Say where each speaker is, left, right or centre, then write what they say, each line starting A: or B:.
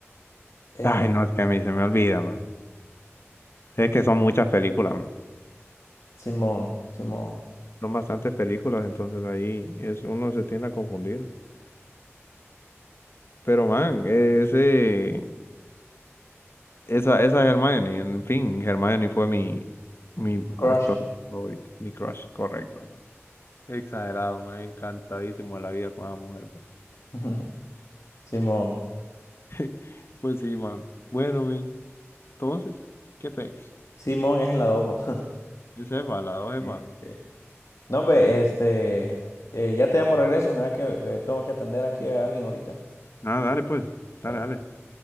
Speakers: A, on the left (about 90°); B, on the left (about 55°).
A: Eh,
B: Ay, no, es que a mí se me olvida, man. Es que son muchas películas, man.
A: Simón, Simón.
B: Son bastantes películas, entonces ahí es, uno se tiende a confundir. Pero, man, ese. Esa, esa Hermione, en fin, Hermione fue mi, mi
A: Crush.
B: actor favorito, mi crush, correcto, man. Exagerado, man, encantadísimo de la vida con esa mujer, po.
A: <laughs> Simón.
B: <laughs> Pues sí, man. Bueno, man, entonces, ¿qué pex?
A: Simón es en la 2, po. <laughs>
B: Yo sepa, la dos sepa.
A: Sí, sí. No, ve, este, eh, ya te llamo de regreso. Mira que eh, tengo que atender aquí a alguien ahorita.
B: Ah, dale, pues, dale,
A: Claro.
B: dale.